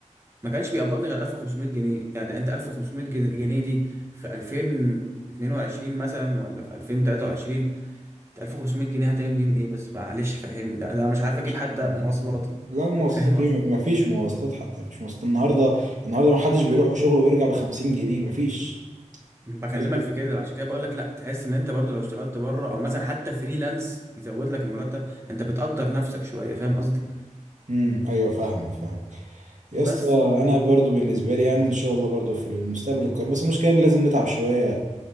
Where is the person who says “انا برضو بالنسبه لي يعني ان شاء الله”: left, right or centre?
Right